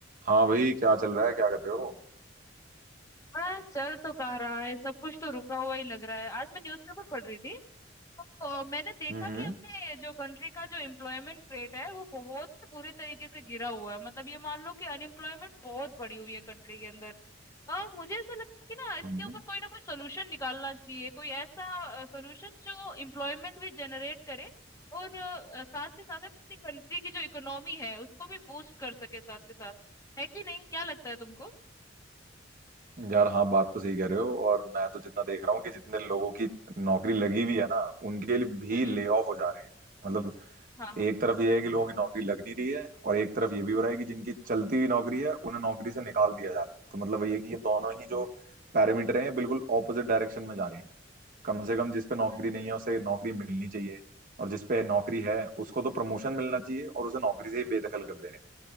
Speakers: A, on the right; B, on the left.
A: हाँ भाई क्या चल रहा है क्या कर रहे हो
B: हाँ, चल तो कह रहा है सब कुछ तो रुका हुआ ही लग रहा है आज मैं न्यूज़पेपर पढ़ रही थी तो अ, मैंने देखा
A: हम्म
B: कि अपने जो कंट्री का जो एम्प्लॉयमेंट रेट है वो बहुत ही बुरी तरीके से गिरा हुआ है मतलब ये मान लो कि अनएम्प्लॉयमेंट बहुत बढ़ी हुई है कंट्री के अंदर और मुझे ऐसा लगता है कि ना इसके
A: हम्म
B: ऊपर कोई ना कोई सोल्यूशन निकालना चाहिए कोई ऐसा सोल्यूशन जो एम्प्लॉयमेंट भी जनरेट करे और अ, साथ के साथ अपनी कंट्री की जो इकोनॉमी है उसको भी बूस्ट कर सके साथ के साथ है कि नहीं क्या लगता है तुमको
A: हम्म। यार हाँ बात तो सही कह रहे हो और मैं तो जितना देख रहा हूँ कि जितने लोगों की नौकरी लगी हुई है ना उनके लिए भी
B: हम्म
A: ले ऑफ हो जा रहे हैं मतलब
B: हाँ हाँ
A: एक तरफ ये है कि लोगों की नौकरी लग नहीं रही है और एक तरफ ये भी हो रहा है कि जिनकी चलती हुई नौकरी है उन्हें नौकरी से निकाल दिया जा रहा है तो मतलब वही है कि ये दोनों ही जो पैरामीटर हैं बिल्कुल ऑपोजिट डायरेक्शन में जा रहे हैं कम से कम जिस पे नौकरी
B: बिल्कुल
A: नहीं है उसे नौकरी मिलनी चाहिए और जिस पे नौकरी है उसको तो प्रमोशन मिलना चाहिए और उसे नौकरी से ही बेदखल कर दे रहे हैं